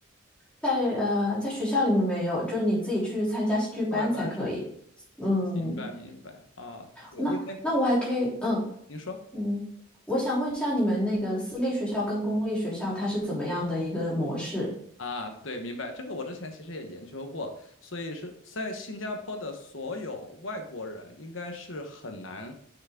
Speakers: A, in the centre; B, on the left.
A: 在呃，在学校里面没有，就是你自己去参加戏剧班才可以。
B: 课外班是吗？
A: 嗯，
B: 明白明白啊，对，
A: 那那我还可以，
B: 因为嗯，
A: 嗯
B: 您说。
A: 嗯，我想问一下你们那个私立学校跟公立学校它是怎么样的一个模式？
B: 啊，对，明白。这个我之前其实也研究过，所以是在新加坡的所有外国人应该是很难